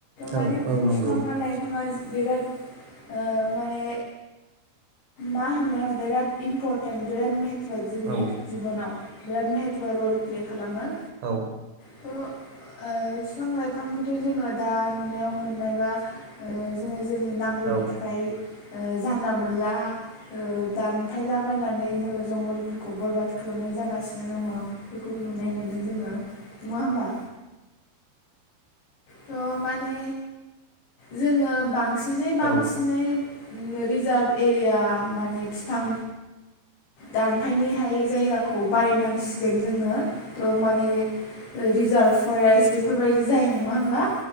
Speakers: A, on the right; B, on the left.
A: औ
B: माने
A: औ नंगौ
B: बिफाङा लाइफाङा बिराद ओ माने मा होनो बिराद इम्परटेन्ट <unintelligible> जोंनि
A: औ
B: जिबनाव बिराद महतव रल प्ले खालामो
A: औ।
B: थ' ओ बिफां लाइफांखौथ' जोङो दा नुनायाव मोननायबा जोङो जोंनि नांगौनि
A: औ
B: थाखाय ओ जानला मोनला दानफायलाबायनानै जोङो जंगलफोरखौ बरबाद खालामनाय जागासिनो दङ बेखौ नुनाय मोनदों जोङो नङा होमबा? थ' माने जोङो बांसि <unintelligible> बांसिनै
A: औ
B: रिजार्भ एरिया माने बिफां दानफायनि हायि जायगाखौ बारिनांसिगोन जोङो त' माने रिजार्भ फरेस्ट बेफोरबायदि जायो नङा होमबा?